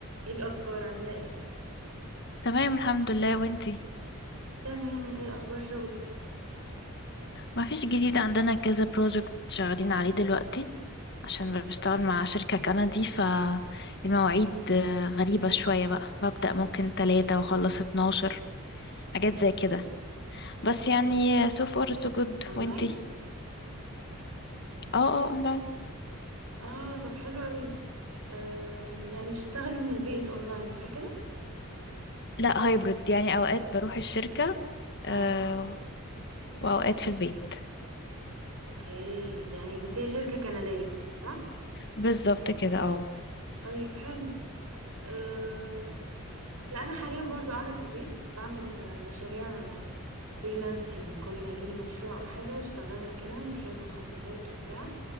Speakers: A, on the right; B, on the left.
A: ايه الاخبار عامله ايه
B: تمام الحمد لله وانتي
A: تمام ايه اخبار شغلك
B: ما فيش جديد عندنا كذا بروجكت شغالين عليه دلوقتي عشان بشتغل مع شركة كندي فالمواعيد آه، غريبة شوية بقى ببدأ ممكن تلاتة واخلص اتناشر حاجات زي كده بس يعني so far so good
A: اونلاين
B: وانتي اه اه اونلاين
A: اه طب حلو قوي أم، يعني اشتغلي من البيت اونلاين صح كده
B: لا هايبرد يعني اوقات بروح الشركة
A: اه
B: آه، واوقات في البيت
A: اوكي يعني بس هي شركه كنديه صح
B: بالظبط كده اه
A: طيب حلو أم، لا انا حاليا برضو قاعده في البيت بعمل آه، مشاريع فريلانس يعني كل ما يجيلي مشروع او حاجه اشتغلها كده بشويه مخططات وبتاع